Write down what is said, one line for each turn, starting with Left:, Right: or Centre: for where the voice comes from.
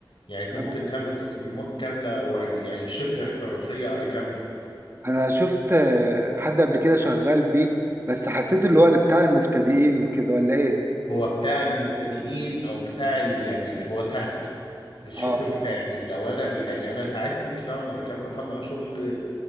Left: يعني انت
Right: تمام.
Left: ممكن تعمل تصميمات كامله وع- يعني شبه احترافيه على كانفا
Right: انا شفت آه، حد قبل كده شغال بيه بس حسيت اللي هو اللي بتاع المبتدئين وكده ولا ايه
Left: هو بتاع المبتدئين او بتاع ال... يعني هو سهل مش فكر
Right: اه
Left: بتاع يعني لو انا يعني انا ساعات ممكن اقعد على كانفا اطلع شغل